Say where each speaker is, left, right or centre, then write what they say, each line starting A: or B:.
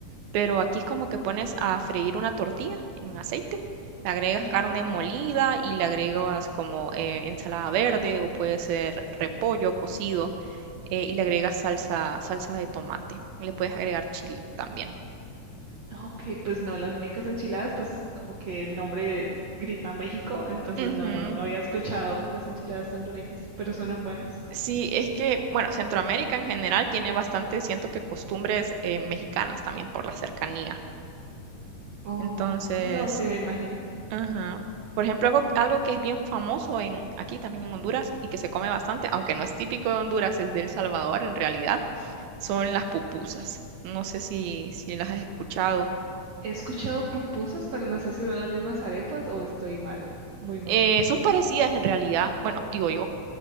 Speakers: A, on the right; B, on the right.
A: pero aquí es como que pones a freír una tortilla en aceite, le agregas
B: Ujú.
A: carne molida y le agregas como eh, ensalada verde o puede ser repollo cocido eh, y le agregas salsa, salsa de tomate. Y le puedes agregar chile también.
B: Ok, pues no, las únicas enchiladas, pues como que el nombre grita México, entonces
A: Ujú,
B: no, no, no había escuchado las enchiladas hondureñas, pero suenan buenas.
A: Sí, es que, bueno, Centroamérica en general tiene bastante, siento que costumbres eh, mexicanas también por la cercanía.
B: Oh,
A: Entonces,
B: no, sí, me imagino.
A: ajá. Por ejemplo, algo, algo que es bien famoso en, aquí también en Honduras y que se come bastante, aunque no es típico de Honduras, es de El Salvador en realidad, son las pupusas. No sé si, si las has escuchado.
B: He escuchado pupusas, pero no sé si son las mismas arepas o estoy mal, muy mal.
A: Eh, son parecidas en realidad, bueno, digo yo,